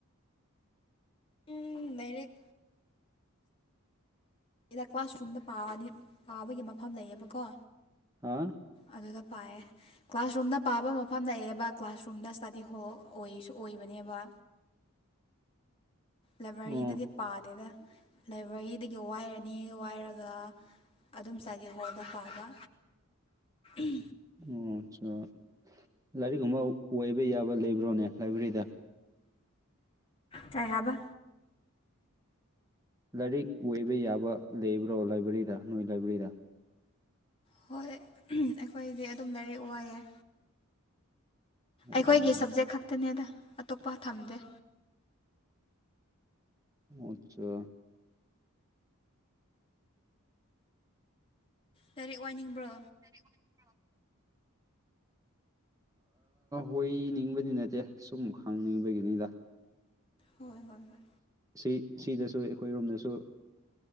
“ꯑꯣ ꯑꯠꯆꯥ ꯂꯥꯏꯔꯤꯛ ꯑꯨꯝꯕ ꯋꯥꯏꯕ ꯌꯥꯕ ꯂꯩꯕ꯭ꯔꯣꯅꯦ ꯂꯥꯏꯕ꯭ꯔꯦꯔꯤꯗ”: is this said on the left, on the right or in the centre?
Right